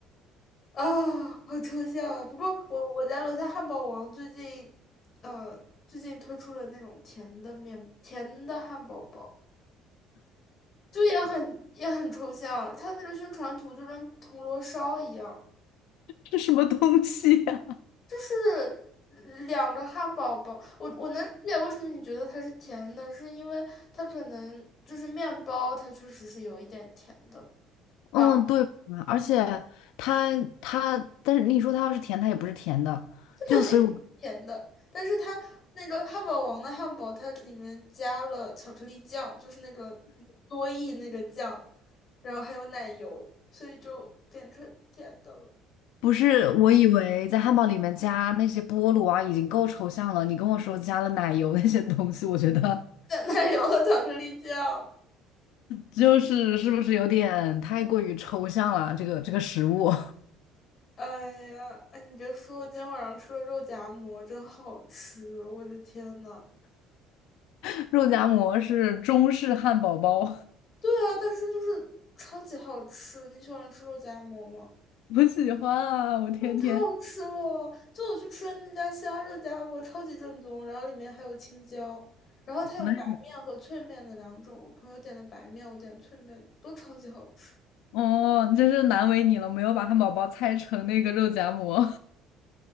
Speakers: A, on the left; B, on the left.
A: 啊，好抽象啊！不过我我家楼下汉堡王最近，呃，最近推出了那种甜的面，甜的汉堡包，就也很也很抽象，它的那个宣传图就跟铜锣烧一样。
B: <laughs> 是什么东西呀、
A: 是两个汉堡包，我我能理解为什么你觉得它是甜的，是因为它可能就是面包，它确实是有一点甜的
B: 嗯，
A: 吧，
B: 对吧，而且它它，但是你说它要是甜，它也不是甜的，
A: 肯定不是甜的，
B: 就所以我
A: 但是它那个汉堡王的汉堡，它里面加了巧克力酱，就是那个多益那个酱，然后还有奶油，所以就变成甜的了，
B: 不是我以为在汉堡里面加那些菠萝啊已经够抽象了，你跟我说加了奶油那些东西，我觉得
A: 加奶油和巧克力酱。
B: 就是是不是有点太过于抽象了？这个这个食物，
A: 哎呀，哎，你别说，今天晚上吃了肉夹馍，真好吃！我的天呐。
B: <laughs> 肉夹馍是中式汉堡包，
A: 对啊，但是就是超级好吃。你喜欢吃肉夹馍吗？
B: <laughs> 我喜欢啊，我天天
A: 哇，太好吃了！就我去吃的那家虾肉夹馍，超级正宗，然后里面还有青椒，然后它有白面和脆面的两种。
B: 难
A: 我朋友点的白面，我点脆面的，都超级好吃。
B: 哦，真是难为你了，没有把汉堡包拆成那个肉夹馍，